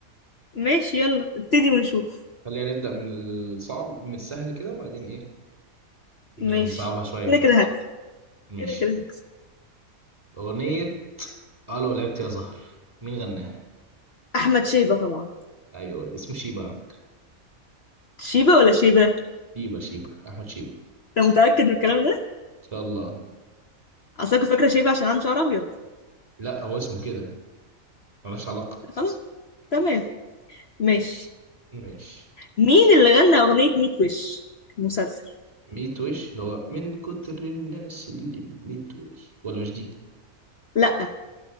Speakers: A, on the left; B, on the right.
A: ماشي يلا ابتدي ونشوف
B: خلينا نبدا من الصعب من السهل كده وبعدين ايه ن-
A: ماشي
B: نصعبها شويه
A: كده
B: شويه
A: كده هكسب
B: ماشي
A: كده كده هكسب
B: اغنيه اه لو لعبت يا زهر مين غناها
A: احمد شيبة طبعا
B: ايوه اسمه شيبه على فكره
A: شيبة ولا شيبة
B: شيبه شيبه احمد شيبه
A: انت متأكد من الكلام ده
B: ان شاء الله
A: اصل أنا كنت فاكرة شيبة عشان عنده شعر ابيض
B: لا هو اسمه كده ملوش علاقه
A: خلاص تمام ماشي
B: ماشي
A: مين اللي غنى اغنية ميت وش المسلسل
B: ميت وش اللي هو من كتر الناس اللي بميت وش ولا مش دي
A: لا